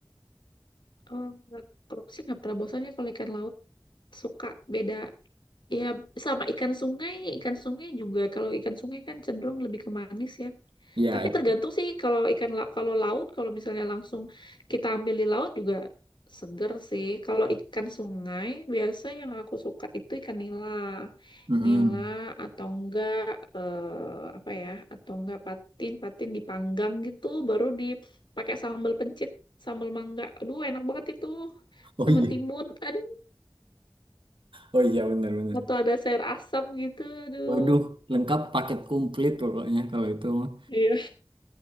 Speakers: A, on the left; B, on the right.
A: oh, nggak- kalau aku sih nggak pernah bosan ya kalau ikan laut suka beda ya sama ikan sungai ikan sungai juga kalau ikan sungai kan cenderung lebih ke manis ya
B: Ya.
A: Tapi
B: itu.
A: tergantung sih kalau ikan la- kalau laut kalau misalnya langsung kita ambil di laut juga seger sih. Kalau ikan sungai biasa yang aku suka itu ikan nila.
B: Mm-mm.
A: Nila atau enggak eh, apa ya? Atau enggak patin, patin dipanggang gitu baru dipakai sambal pencit, sambal mangga. Aduh enak banget itu.
B: Oh
A: Sama
B: iya,
A: timun. Aduh,
B: oh iya benar-benar.
A: atau ada sayur asam gitu. Aduh.
B: Waduh, lengkap paket komplit pokoknya kalau itu mah.
A: Iya.